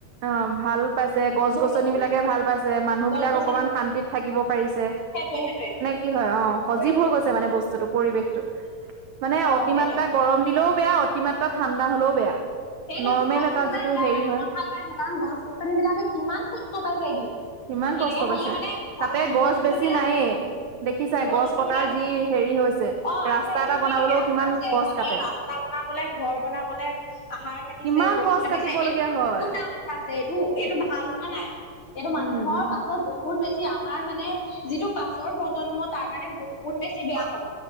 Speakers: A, on the right (about 75°); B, on the left (about 50°).
A: অ, ভাল পাইছে, গছ-
B: বৰষুণ
A: গছনি বিলাকে ভাল পাইছে, মানুহ
B: গছ
A: বিলাক
B: গছনি
A: অকমান শান্তিত থাকিব পাৰিছে।
B: সেইটোৱে সেইটোৱে
A: কি হয় অ, সজীৱ
B: কৰিলো
A: হৈ
B: কৰিলো
A: গৈছে মানে বস্ত পৰিৱেশটো মানে
B: অ
A: অতিমাত্ৰা
B: সেইটোৱে
A: গৰম দিলেও বেয়া, অতিমাত্ৰা ঠাণ্ডা হলেও বেয়া।
B: সেইটোৱে
A: নৰ্মেল
B: বৰষুণটো
A: এটা যিটো
B: মানে দিয়াৰ
A: হেৰি
B: কাৰণে
A: হয়
B: মই ভাল পাইছো। কাৰণ গছ- গছনি বিলাকে কিমান কষ্ট পাইছে এইকেইদিন।
A: ইমান কষ্ট
B: এনেকে হলে
A: পাইছে।
B: মানে
A: তাতে
B: আৰু জীৱ
A: গছ
B: জন্তু
A: বেছি
B: বিলাক,
A: নায়েই দেখিছাই
B: জীৱ
A: গছ
B: জন্তু
A: কটাৰ
B: বিলাক
A: যি হেৰি হৈছে।
B: অ,
A: ৰাস্তা
B: আৰু এইটো
A: এটা বনাবলৈও
B: কিন্তু বেয়া
A: কিমান
B: কথা হৈছে
A: গছ
B: মানে।
A: কাটে
B: ৰাস্তা বনাবলে ঘৰ বনাবলে আহাৰ কাটিছে
A: কিমান
B: গছ কাটিছে
A: কাটিবলগীয়া
B: এইটো কিন্তু
A: হয়।
B: বহুত ডাঙৰ কথা। আছে এইটো- এইটো ভাল হোৱা নাই, এইটো মানুহৰ
A: উম, উম,
B: পাছত বহুত বহুত বেছি আমাৰ মানে, যিটো পাছৰ প্ৰজন্মত তাৰ কাৰণে বহুত বেছি বেয়া হ'ল।